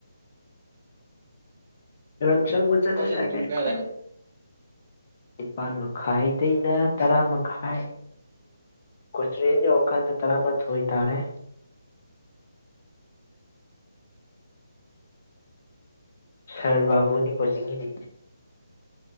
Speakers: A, on the left; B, on the right.
A: ꯔꯪ ꯁꯪꯕ ꯆꯠꯇ꯭ꯔꯁꯨ
B: ꯀꯣꯆꯤꯡ
A: ꯌꯥꯢ
B: ꯄꯨꯡ
A: ꯀꯩꯁꯨ
B: ꯀꯌꯥꯗꯩꯅꯣ
A: ꯀꯥꯢꯗꯦ ꯄꯥꯟ ꯃꯈꯥꯏ ꯇꯩꯩꯅ ꯇꯔꯥꯃꯛ ꯈꯥꯏ ꯀꯣꯆꯤꯡ ꯌꯧꯔꯀꯥꯟꯗ ꯇꯔꯥꯃꯊꯣꯏ ꯇꯥꯔꯦ ꯁꯔꯕꯥꯕꯣꯅꯤ ꯀꯣꯆꯤꯡꯒꯤꯗꯤ